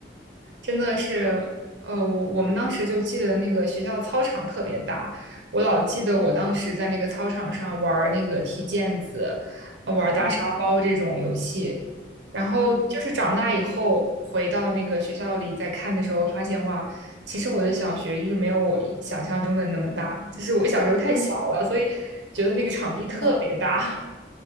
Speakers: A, on the right; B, on the left.
A: 真的是，呃，我我们当时就记得那个学校操场特别大，我老记得我当时在那个操场上玩儿那个踢毽子，呃玩儿打沙包这种游戏。
B: 嗯
A: 然后就是长大以后回到那个学校里再看的时候，
B: 嗯
A: 发现哇，其实我的小学就是没有我想象中的那么大，就是我小时候太小了，
B: 嗯，
A: 所以觉得那个场地特别大。
B: 是的